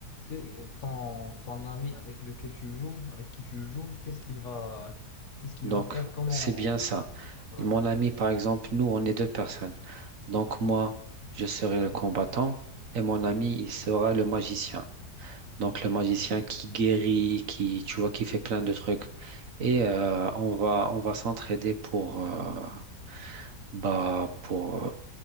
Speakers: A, on the left (about 55°); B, on the right (about 60°).
A: que- ton, ton ami avec lequel tu joues, avec qui tu joues, qu'est-ce qu'il va qu'est-ce qu'il
B: Donc,
A: va faire, comment
B: c'est bien ça.
A: ça
B: Mon
A: va marcher?
B: ami, par exemple, nous, on est deux personnes. Donc, moi, je serai le combattant et mon ami, il sera le magicien. Donc, le magicien qui guérit, qui, tu vois, qui fait plein de trucs. Et euh, on va, on va s'entraider pour, euh, Bah pour